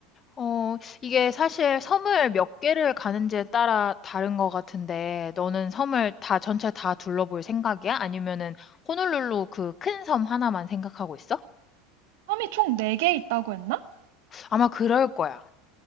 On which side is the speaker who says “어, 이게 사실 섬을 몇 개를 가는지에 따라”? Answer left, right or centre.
Left